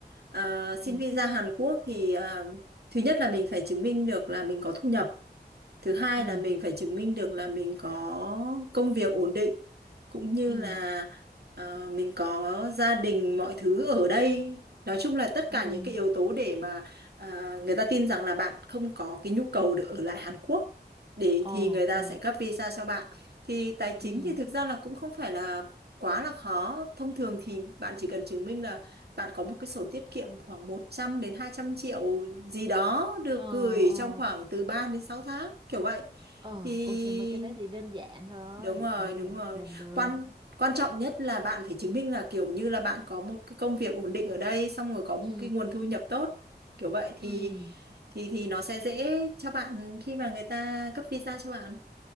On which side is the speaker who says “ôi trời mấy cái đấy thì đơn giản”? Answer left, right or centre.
Right